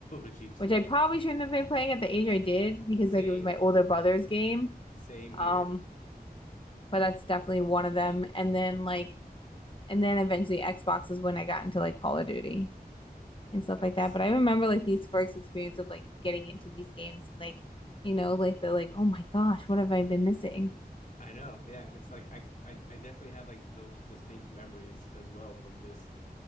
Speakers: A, on the left; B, on the left.
A: GTA.
B: which I probably shouldn't have been playing at the age I did because
A: Same.
B: like it was my older brother's game.
A: Same here.
B: Um, but that's definitely one of them. And then like, and then eventually Xbox is when I got into like Call of Duty and stuff
A: Nice.
B: like that. But I remember like these first experience of like getting into these games and like, you know, like the like, oh my gosh, what have I been missing?
A: I know. Yeah, it's like I, I I definitely have like those distinct memories as well from just